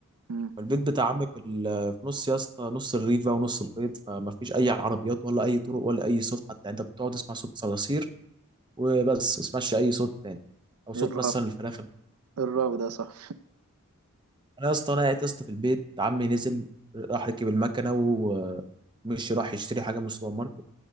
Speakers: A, on the right (about 70°); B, on the right (about 20°).
A: امم
B: فالبيت بتاع عمي في ال- في نص يا اسطى نص الريف بقى ونص البيت فما فيش اي عربيات ولا اي طرق ولا اي صوت حتى يعني انت بتقعد تسمع صوت صراصير وبس ما تسمعش اي صوت تاني او صوت
A: ايه الراب
B: مثلا الفراخ
A: ايه الراب ده صح
B: انا يا اسطى انا قاعد يا اسطى في البيت عمي نزل راح ركب المكنه ومش راح يشتري حاجه من السوبر ماركت